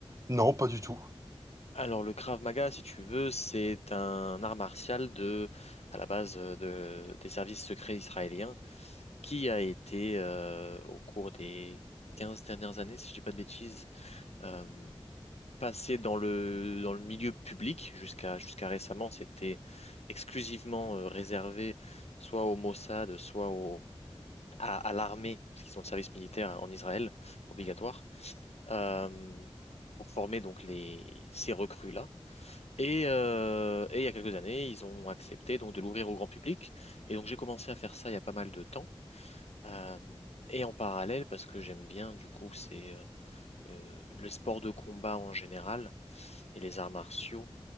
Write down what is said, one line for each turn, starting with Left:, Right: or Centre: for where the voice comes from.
Right: Non, pas du tout.
Left: Alors, le Krav Maga, si tu veux, c'est un art martial de, à la base euh, de, des services secrets israéliens qui a été, euh, au cours des 15 dernières années, si je dis pas de bêtises, euh, passé dans le, dans le milieu public jusqu'à jusqu'à récemment, c'était exclusivement euh, réservé soit au Mossad, soit au, à, à l'armée, parce qu'ils ont le service militaire hein, en Israël obligatoire, euh, pour former donc les, ces recrues-là. Et, euh, et il y a quelques années, ils ont accepté donc de l'ouvrir au grand public. Et donc j'ai commencé à faire ça il y a pas mal de temps. Euh, et en parallèle, parce que j'aime bien du coup, c'est euh, euh, le sport de combat en général et les arts martiaux